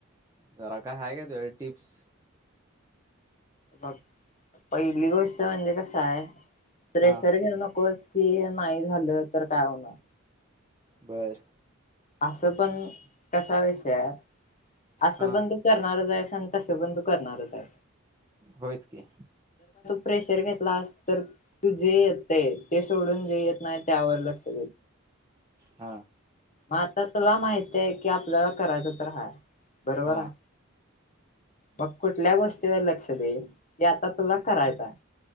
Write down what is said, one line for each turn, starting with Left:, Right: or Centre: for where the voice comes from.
Right: जरा का ह का तुझ्या कड टिप्स.
Left: बघ पहिली गोष्ट म्हणजे कसय. प्रेशर
Right: हा
Left: घेऊ नकोस. कि नाही झालं तर काय होणार
Right: बर.
Left: असं पण कसा विषयय हाय. असं
Right: हा
Left: पण तू करणारच आहे तसं बंद करणारच आहे.
Right: होयच की.
Left: प्रेशर घेतला तर तू जे येत आहे ते सोडून जे येत नाही त्यावर लक्ष
Right: हा.
Left: मग आता तुला माहित आहे कि आपल्याला करायचं तर हाय. बरोबर
Right: हा
Left: आहे. मग कुठल्या गोष्टीवर लक्ष देईल जे आता तुला करायचा आहे.